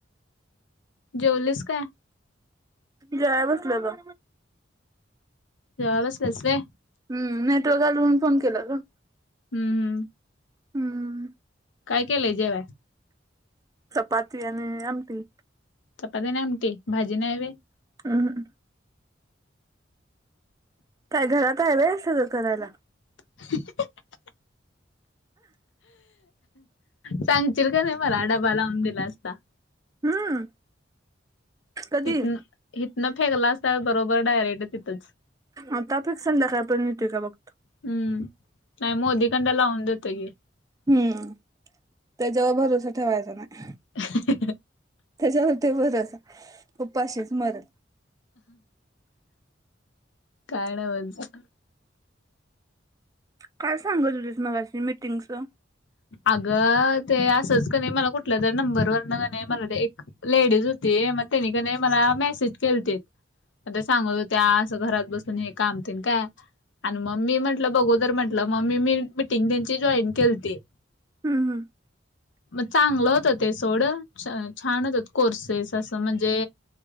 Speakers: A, on the left; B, on the right.
A: जेवलीस काय?
B: जेवाय बसलोय ग.
A: जेवाय बसलेस व्हय?
B: हम्, नेटवर्क आलून, फोन केला का?
A: हम्म. हम्म
B: हम्म.
A: काय केलंय, जेवाय?
B: चपाती आणि आमटी.
A: चपाती आणि आमटी, भाजी नाय व्हय?
B: हम्मम. काय घरात हाय व, सगळं करायला?
A: <unintelligible> सांगतील का नाही मला, डबा लावून दिला असता.
B: हम्म. कधी
A: इथनं- इथनं फेकला असता, बरोबर डायरेक्ट तिथंच.
B: आ तापिक संध्याकाळपर्यन्त का बघतो.
A: हम्म, नाही मोदी कांदा लाउन देतोकी.
B: हम्म, त्याच्यावर भरोसा ठेवायचा, नाय.
A: <unintelligible>
B: त्याच्यावर ते भरोसा, उपाशीच मरल.
A: काय नाय म्हणत.
B: काय सांगत होती मगाशी मीटिंगचं?
A: अगं ते असच क नही मला, कुठल्या तरी नंबरवरन ने मला ते एक, लेडीज होती, मग त्यानी क् नहीं, मला मेसेज केलते. पण त्या सांगत होत्या, असं घरात बसून, हे कामतेन काय आन म मी म्हटलं, बघू तर म्हटलं, मम्-ममी मी मीटिंग त्यांची जॉईन केलीती.
B: ह्म ह्म.
A: म चांगलं होत, ते सोड, छ-छान होतं, कोर्सेस असं म्हणजे